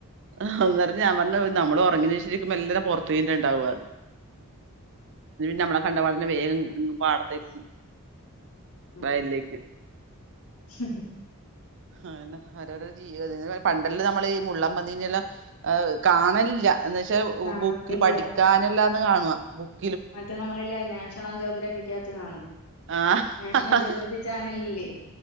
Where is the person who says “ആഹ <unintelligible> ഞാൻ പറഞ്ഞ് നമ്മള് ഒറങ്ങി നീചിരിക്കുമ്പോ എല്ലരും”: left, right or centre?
Right